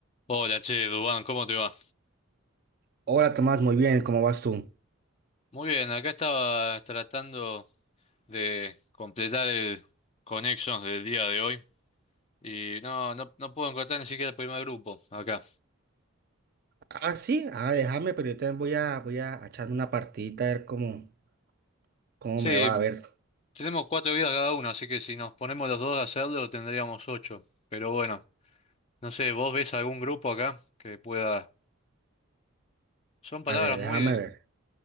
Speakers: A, on the left; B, on the right.
A: Hola, che, Dubán, ¿cómo te va?
B: Hola Tomás, muy bien, ¿cómo vas tú?
A: Muy bien, acá estaba tratando de completar el Connections del día de hoy y no, no, no puedo encontrar ni siquiera el primer grupo acá.
B: Ah, sí, ah, déjame, pero yo también voy a, voy a echarme una partidita a ver cómo, cómo
A: Sí,
B: me va, a ver,
A: tenemos cuatro vidas cada uno, así que si nos ponemos los dos a hacerlo tendríamos ocho. Pero bueno, no sé, ¿vos ves algún grupo acá que pueda...? Son palabras
B: a ver, déjame
A: muy... de-
B: ver,